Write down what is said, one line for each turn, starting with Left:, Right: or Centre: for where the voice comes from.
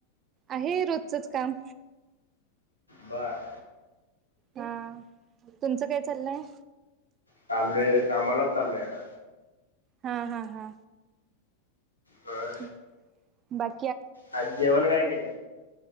Right: आहे रोजचच काम.
Left: बार.
Right: हा तुमचं काय चाललंय
Left: चाललेय कामालाच चाललंय आता
Right: हा हा हा
Left: बर
Right: थ बाच
Left: आज जेवण काय केलं